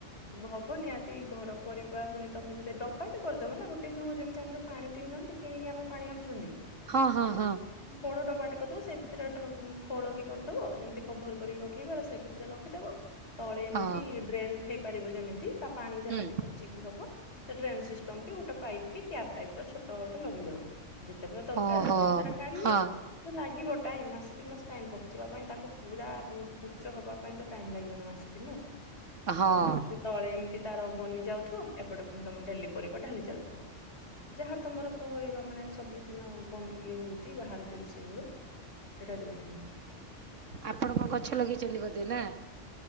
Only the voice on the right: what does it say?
ହଁ ହଁ ହଁ
ହଁ
ହୁଁ
ଓହୋ
ହଁ
ହଁ।
ଆପଣ କଣ ଗଛ ଲଗେଇଛନ୍ତି ବୋଧେ ନା